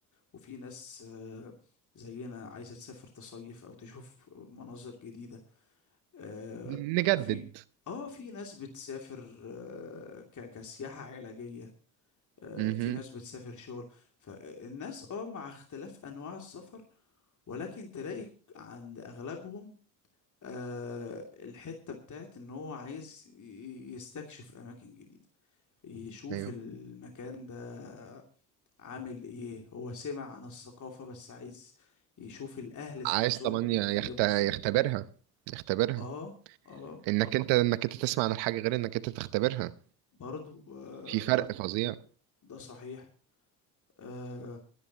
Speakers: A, on the left (about 40°); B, on the right (about 70°).
A: وفي ناس آه، زينا عايزة تسافر تصيف او تشوف مناظر جديدة آه،
B: نجدد
A: في اه في ناس بتسافر آه، ك- كسياحة علاجية آه،
B: مهم.
A: في ناس بتسافر شغل فالناس اه مع اختلاف انواع السفر ولكن تلاقي عند اغلبهم آه، الحتة بتاعت ان هو عايز ي- يستكشف اماكن جديدة يشوف
B: ايوه
A: المكان ده عامل ايه هو سمع عن الثقافة بس عايز يشوف الاهل نفسهم
B: عايز طبعا
A: بيتكلموا
B: ي- يخت... يختبرها
A: ازاي
B: يختبرها
A: اه اه
B: انك انت انك انت تسمع عن الحاجه غير انك انت تختبرها
A: برضو آه،
B: في فرق فظيع
A: ده صحيح آه،